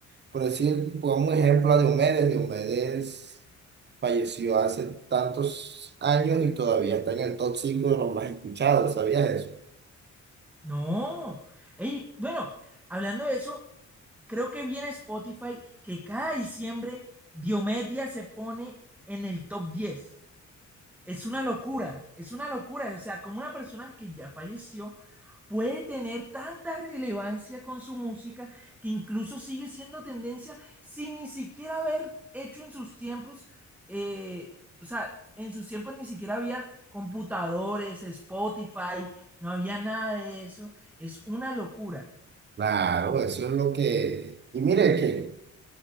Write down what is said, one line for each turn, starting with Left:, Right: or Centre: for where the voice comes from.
Right: Por decir, pongamos un ejemplo a Diomedes. Diomedes falleció hace tantos años y todavía está en el top 5 de los más escuchados, ¿sabías eso?
Centre: No. Ey, bueno, hablando de eso, creo que viene Spotify que cada diciembre Diomedia se pone en el top 10. Es una locura, es una locura. O sea, como una persona que ya falleció puede tener tanta relevancia con su música que incluso sigue siendo tendencia sin ni siquiera haber hecho en sus tiempos, eh, o sea, en sus tiempos ni siquiera había computadores, Spotify, no había nada de eso. Es una locura.
Right: Claro, eso es lo que... Y mire que